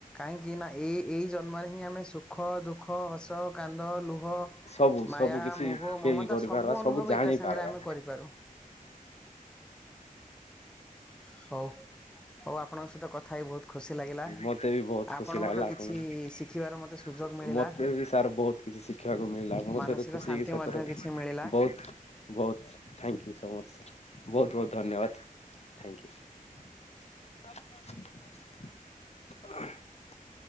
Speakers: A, in the centre; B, on the left.
A: କାହଁକି ନା ଏଇ ଏଇ ଜନ୍ମରେ ହିଁ ଆମେ ସୁଖ ଦୁଃଖ ହସ କାନ୍ଦ ଲୁହ
B: ସବୁ
A: ମାୟା
B: ସବୁ କିଛି
A: ମୋହ
B: ଫିଲ୍
A: ମମତା
B: କରିପାରିବା
A: ସବୁ ଅନୁଭବ
B: ଜାଣିପାରିବା
A: ଏକା ସାଙ୍ଗରେ ଆମେ କରିପାରୁ ହଉ ହଉ ଆପଣଙ୍କ ସହିତ କଥା ହେଇ ବହୁତ ଖୁସି ଲାଗିଲା
B: ମତେ ବି ବହୁତ
A: ଆପଣଙ୍କଠୁ
B: ଖୁସି ଲାଗିଲା
A: କିଛି
B: ଆପଣଙ୍କୁ
A: ଶିଖିବାର ମତେ ସୁଯୋଗ ମିଳିଲା
B: ମତେ ବି ସାର୍ ବହୁତ କିଛି ଶିଖିବାକୁ ମିଳିଲା ଆପଣଙ୍କ
A: ମାନସିକ
B: ସହିତ ଖୁସି
A: ଶାନ୍ତି
B: ହେଇକି ସତରେ
A: ମଧ୍ୟ କିଛି ମିଳିଲା
B: ବହୁତ ବହୁତ ଥ୍ୟାଙ୍କ ୟୁ ସୋ ମଚ ବହୁତ ବହୁତ ଧନ୍ୟବାଦ। Thank you. <inaudible> <inaudible>